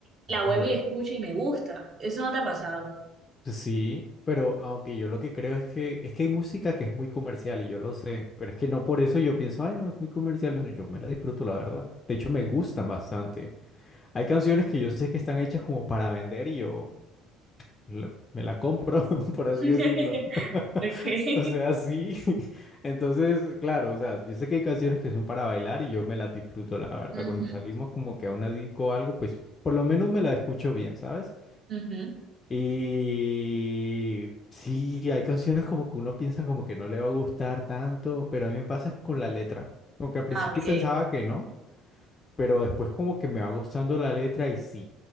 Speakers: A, on the right; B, on the left.
A: la
B: Ajá.
A: vuelvo y escucho y me gusta. Eso no te ha pasado.
B: Sí, pero aunque yo lo que creo es que es que hay música que es muy comercial y yo lo sé, pero es que no por eso yo pienso, ay, no, es muy comercial, no, yo me la disfruto, la verdad. De hecho, me gustan bastante. Hay canciones que yo sé que están hechas como para vender y yo la- me la compro, <laughs> por así
A: <laughs>
B: decirlo. <laughs>
A: Okay.
B: O sea, sí. <laughs> Entonces, claro, o sea, yo sé que hay canciones que son para bailar y yo me las disfruto, la verdad.
A: Ujú,
B: Cuando salimos como que a una disco o algo, pues por lo menos me la escucho bien, ¿sabes?
A: ujú.
B: Y sí, hay canciones como que uno piensa como que no le va a gustar tanto, pero a mí me pasa es con la letra. Como que al principio
A: Ah, ok.
B: pensaba que no, pero después como que me va gustando la letra y sí.